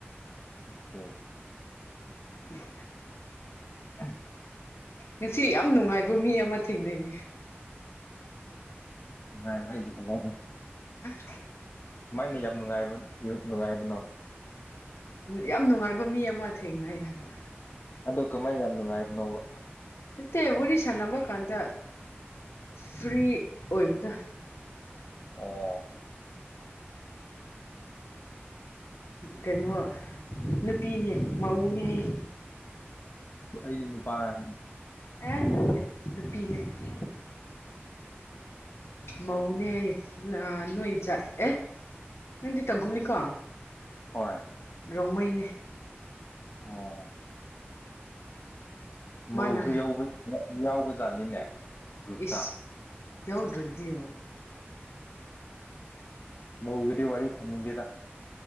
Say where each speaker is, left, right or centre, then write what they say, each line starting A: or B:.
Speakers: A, on the left; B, on the left.
A: ꯑꯆꯥ
B: <inaudible>
A: ꯎꯝ
B: ꯉꯁꯤ ꯌꯥꯝ ꯅꯨꯡꯉꯥꯏꯕ ꯃꯤ ꯑꯃ ꯊꯦꯡꯅꯩꯌꯦ
A: ꯥ <unintelligible>
B: <inaudible>
A: ꯃꯥꯏꯅ ꯌꯥꯝ ꯅꯨꯡꯉꯥꯏꯕ ꯅꯨꯡꯉꯥꯏꯕꯅꯣ
B: ꯌꯥꯝ ꯅꯨꯡꯉꯥꯏꯕ ꯃꯤ ꯑꯃ ꯊꯦꯡꯅꯩ ꯍꯥꯏꯕ
A: ꯑꯗꯨ ꯀꯃꯥꯏ ꯌꯥꯝ ꯅꯨꯡꯉꯥꯏꯕꯅꯣꯕ
B: ꯅꯠꯇꯦ ꯋꯥꯔꯤ ꯁꯥꯟꯅꯕ ꯀꯥꯟꯗ ꯐ꯭ꯔꯤ ꯑꯣꯏꯕꯗ
A: ꯑꯣ
B: ꯀꯥꯏꯅ ꯅꯨꯄꯤꯅꯦ ꯃꯎꯅꯦ ꯍꯥꯏꯌꯦ
A: ꯑꯩꯗꯤ ꯅꯨꯄꯥꯔꯅꯤ
B: ꯑꯦ ꯂꯠꯇꯦ ꯅꯨꯄꯤꯤ ꯅꯨꯄꯤ ꯃꯧꯅꯦ ꯍꯥꯏꯌꯦ ꯅꯣꯏꯖꯠ ꯑꯦ ꯅꯪꯗꯤ ꯇꯪꯈꯨꯜꯅꯤꯀꯣ
A: ꯍꯣꯏ
B: ꯔꯣꯡꯃꯩꯅꯤ
A: ꯑꯣ
B: ꯃꯥꯅ
A: ꯃꯧꯁ ꯌꯥꯎꯕ ꯖꯥꯠꯅꯤꯅꯦ ꯒ꯭ꯔꯨꯞꯇ
B: ꯏꯁ ꯌꯥꯎꯗ꯭ꯔꯗꯤ
A: ꯃꯧꯒꯗꯤ ꯋꯥꯔꯤꯏ ꯁꯥꯅꯤꯡꯗꯦꯗꯥ